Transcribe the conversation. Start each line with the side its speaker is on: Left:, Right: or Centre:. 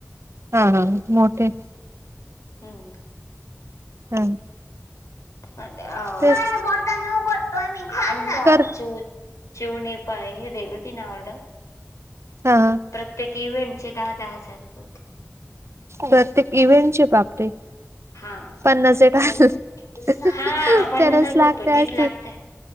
Right: हा हा मोठे
Left: हम्म.
Right: हा.
Left: अ
Right: तेच
Left: माझ्या बॉटल न भरतोय मी थांब ना आमच्या
Right: कर
Left: चिऊ चिऊने प हे देेल तिन ऑर्डर
Right: हा ह.
Left: प्रत्येक इव्हेंट चे दहा दहा हजार रुपये होते.
Right: प्रत्येक इव्हेंटचे बापरे.
Left: हा
Right: पन्नास
Left: म्हणजे
Right: <unintelligible>
Left: हा पन्नास
Right: तरच
Left: हजार
Right: लागते
Left: रुपये नीट
Right: असत.
Left: लागतय